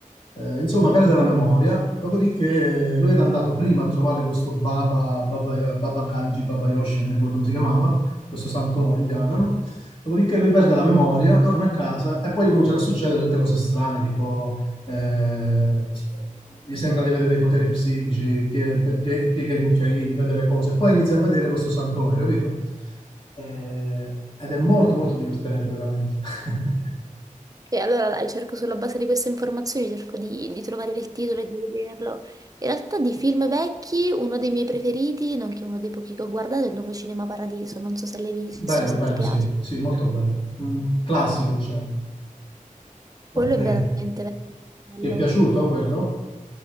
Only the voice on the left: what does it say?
Eh, insomma, perde la memoria. Dopodiché lui era andato prima a trovare questo Baba, Baba, Baba Ganji, Baba Yoshi, non mi ricordo come si chiamava, questo santone indiano, no? Dopodiché lui perde la memoria, torna a casa e poi gli cominciano a succedere tutte cose strane, tipo eh, gli sembra di avere dei poteri psichici, che pie- piega i cucchiaini, vede le cose, poi inizia a vedere questo santone, capito? Eh, ed è molto molto divertente, veramente. <laughs>
Bello,
bello,
sì, sì, molto bello. Mm, classico, diciamo.
Ok.
Ti è piaciuto quello?